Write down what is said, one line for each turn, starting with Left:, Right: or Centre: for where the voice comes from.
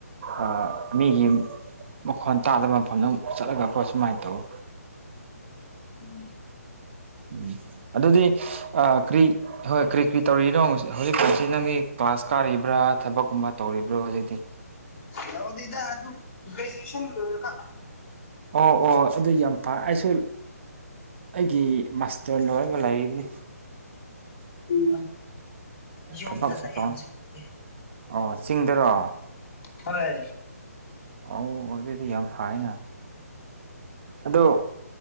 Right: ꯑ ꯃꯤꯒꯤ ꯃꯈꯣꯟ ꯇꯥꯗꯕ ꯃꯐꯝꯗꯣ ꯆꯠꯂꯒꯀꯣ ꯁꯨꯃꯥꯏꯅ ꯇꯧꯋ
Left: ꯎꯝ
Right: ꯎꯝ ꯑꯗꯨꯗꯤ ꯑ ꯀ꯭ꯔꯤ ꯍꯣꯏ ꯀꯔꯤ ꯀꯔꯤ ꯇꯧꯔꯤꯅꯣ ꯍꯧꯖꯤꯛ ꯀꯥꯎꯁꯤ ꯅꯪꯒꯤ ꯀ꯭ꯂꯥꯁ ꯀꯥꯔꯤꯕ꯭ꯔꯥ ꯊꯕꯛꯀꯨꯝꯕ ꯇꯧꯔꯤꯕ꯭ꯔꯣ ꯍꯧꯖꯤꯛꯇꯤ
Left: ꯂꫭꯏꯗꯔꯤꯗ ꯑꯗꯨꯝ ꯒ꯭ꯔꯦꯖꯨꯑꯦꯁꯟ ꯂꯣꯏꯔꯒ
Right: ꯑꯣ ꯑꯣ ꯑꯗꯨ ꯌꯥꯝ ꯐ ꯑꯩꯁꯨ ꯑꯩꯒꯤ ꯃꯥꯁꯇꯔ ꯂꯣꯏꯔꯒ ꯂꯩꯕꯅꯤ
Left: ꯎꯝ ꯌꯨꯝꯗ
Right: ꯊꯕꯛꯁꯨ
Left: ꯂꯩꯌꯦ
Right: ꯇꯧ
Left: ꯍꯧꯖꯤꯛꯄꯨꯗꯤ
Right: ꯑꯣ ꯆꯤꯡꯗꯔꯣ
Left: ꯍꯔꯦ
Right: ꯑꯧ ꯑꯗꯨꯏꯗꯤ ꯌꯥꯝ ꯊꯥꯏꯅ ꯑꯗꯣ